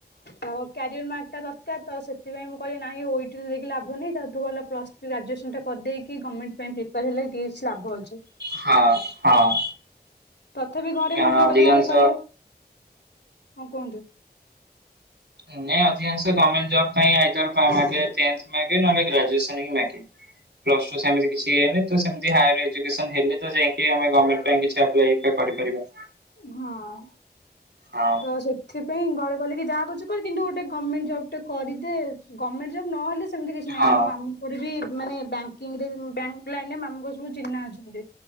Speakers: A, on the left (about 80°); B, on the right (about 85°).
A: ଆଉ କ୍ୟାରିୟର ମାର୍କଟା ଦ କାର ତ ସେତିପାଇଁ ମୁଁ କଇଲି ନାଇଁ ଓ ଇ ଟି ଦେଇକି ଲାଭ ନେଇଁ ତାଠୁ ଭଲ ପ୍ଲସ ଥ୍ରୀ ଗ୍ରଜୁଏସନ ଟା କରିଦେଇକି ଗମେଣ୍ଟ ପା ପିପାର ହେଲେ <unintelligible> ଲାଭ ଅଛି।
B: ହଁ ହଁ।
A: ତଥାପି ଘରେ
B: କାରଣ
A: ମନା
B: ଅଧିକାଂଶ
A: କଲେ ଘରେ କଇଲେ ହଁ କୁହନ୍ତୁ।
B: ଏଇନା ଅଧିକାଂଶ ଗମେଣ୍ଟ ଜବ୍ ପାଇଁ ଆଇଦର ପା ମାଗେ ଟେନ୍ଥ ମାଗେ ନହେଲେ ଗ୍ରଜୁଏସନ୍ ହିଁ ମାଗେ। ପ୍ଲସ ଟୁ ସେମିତି କିଛି ଇଏ ନି ତ ସେମତି ହାଏର ଏ ଯୁକେଶନ୍ ହେଲେ ତ ଯାଇଁକି ଆମେ ଗମେଣ୍ଟ ପାଇଁ କିଛି ଟା ଆପ୍ଲାଏ ଇଟା କରିପାରିବା।
A: ହଁ
B: ହଁ
A: ତ ସେଥିପାଇଁ ଘରେ କଇଲେ କି ଯାହା କରୁଚୁ କର କିନ୍ତୁ ଗୋଟେ ଗମେଣ୍ଟ ଜବ କରିଦେ ଗମେଣ୍ଟ ଜବ୍ ନହେଲେ ସେମିତି କିଛି ନାହିଁ
B: ହଁ।
A: ମୋ ମାମୁଙ୍କର ବି ମାନେ ବଙ୍କିରେ ବ୍ୟାଙ୍କ ଲାଇନରେ ମାମୁ ସବୁ ଚିହ୍ନା ଅଛନ୍ତି।